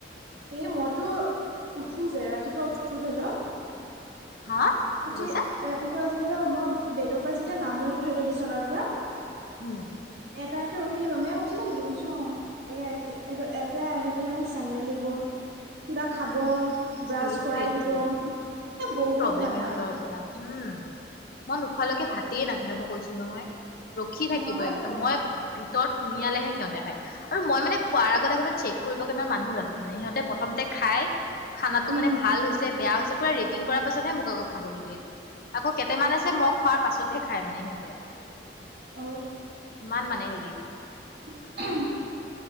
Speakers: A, on the right; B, on the left.
A: এ মইতো উঠো যে ৰাতিপুৱা উঠো ধৰি লওঁ
B: হা কি
A: উঠি
B: কৈছা?
A: ৰাতিপুৱা ধৰিল মই বেদপা যেতিয়া নামো ধৰি লোৱা বিচনাৰ পৰা
B: উম
A: এটাই টো উঠি দিব মেম উঠিলে নেকি? মোৰ চে এটোৱে আহি পেলাই মোক চেডেল দিব কিবা খাব ব্ৰাছ
B: সেইটোৱেটো।
A: কৰাই দিব এ বহুত
B: <unintelligible> পৰা
A: মানে আৰু
B: উম মই নোখোৱালৈকে ভাতেই নাখায় মই কৈছো নহয়। ৰখি
A: অ
B: থাকিব
A: আমাৰ
B: একদম
A: কেইটাই
B: মই ভিতৰত সুমিয়ালেহে সিহঁতে খায়। আৰু মই মানে খোৱাৰ আগতে অকমান চেক কৰিব কাৰনে মানুহ ৰাখো মানে। সিহঁতে প্ৰথমতে খাই খানাটো
A: উম
B: মানে
A: উম
B: ভাল
A: উম
B: হৈছে বেয়া হৈছে পুৰা ৰেটিং কৰাৰ পাছতহে মোক আকৌ খাবলে দিয়ে। আকৌ কেইটামান আছে মই খোৱাৰ পাছতহে খাই মানে সিহঁতে উ
A: অ
B: ইমান মানে হেৰি।
A: <unintelligible>